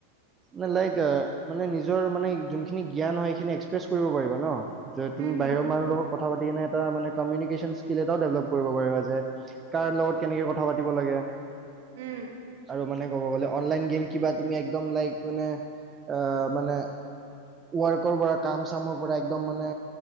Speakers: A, on the right; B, on the right.
A: নে লাইক মানে নিজৰ মানে যোনখিনি জ্ঞান হয় সেইখিনি এক্সপ্ৰেছ কৰিব পাৰিবা ন, য
B: উম,
A: তুম
B: উম,
A: লগত কথা পাতি কিনে এটা মানে মিউনিকেশ্যন স্কিল এটাও ডেভেলপ কৰিব পাৰিবা যে কাৰ লগত কেনেকে কথা পাতিব লাগে।
B: উম।
A: ত' মানে ক'ব গ'লে অনলাইন গেম কিবা তুমি একদম লাইক মানে আ মানে ৱৰ্কৰ পৰা কাম চামৰ পৰা একদম মানে